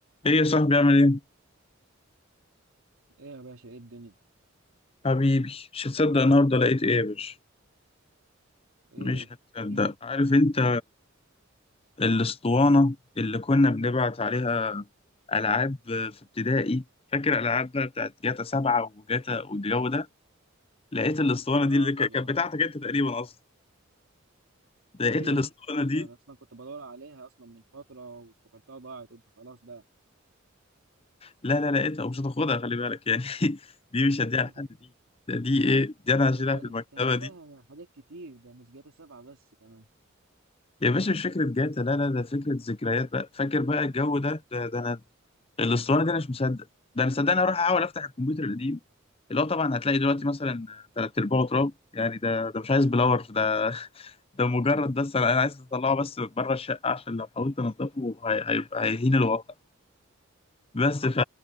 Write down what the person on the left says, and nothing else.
ايه يا صاحبي عامل ايه؟
حبيبي مش هتصدق النهارده لقيت ايه يا باشا
مش هتصدق
عارف انت الاسطوانة اللي كنا بنبعت عليها ألعاب في ابتدائي فاكر الألعاب بقى بتاعت جاتا سبعة وجاتا والجو ده لقيت الاسطوانة
دي اللي
ك- كانت بتاعتك انت تقريبا أصلا لقيت
الاسطوانة
دي
لا لا لقيتها ومش هتاخدها خلي بالك يعني <laughs> دي مش
هديها لحد دي ده دي ايه دي أنا
هشيلها
في المكتبة
دي
يا باشا مش فكرة جاتا لا لا ده فكرة ذكريات بقى فاكر بقى الجو ده ده, ده أنا الاسطوانه دي انا مش مصدق ده انا صدقني اروح احاول افتح الكمبيوتر القديم اللي هو طبعا هتلاقي دلوقتي مثلا تلات ارباعه تراب يعني ده ده مش عايز بلور ده ده مجرد بس انا أنا عايز اطلعه بس بره الشقه عشان لو حاولت انضفه هي- هيبقى هيهين الواقع بس ف